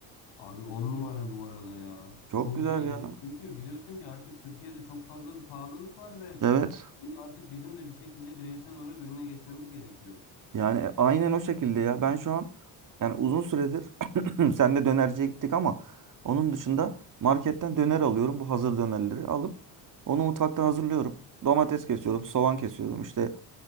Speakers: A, on the left; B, on the right.
A: Abi on numara bu arada ya.
B: Çok
A: Çok
B: güzel
A: iyi
B: ya.
A: yani çünkü biliyorsun ki artık Türkiye'de çok fazla bir pahalılık var ve
B: Evet.
A: bunun artık bizim de bir şekilde bireysel olarak önüne geçmemiz gerekiyor.
B: Yani e, aynen o şekilde ya. Ben şu an yani uzun süredir <clears throat> senle dönerciye gittik ama onun dışında marketten döner alıyorum. Bu hazır dönerleri alıp onu mutfakta hazırlıyorum. Domates kesiyorum, soğan kesiyorum, işte